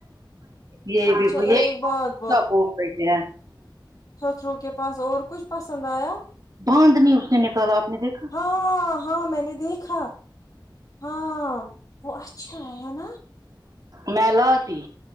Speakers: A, on the right (about 50°); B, on the left (about 45°).
A: یہ بھی
B: اچھا ایک
A: یہ
B: بات
A: بول رہی ہے
B: سسروں کے پاس اور کچھ پسند آیا
A: باند نی اس نے نکالا آپ نے دیکھا
B: ہاں ہاں میں نے دیکھا ہاں وہ اچھا ہے ہے نہ
A: میں لاتی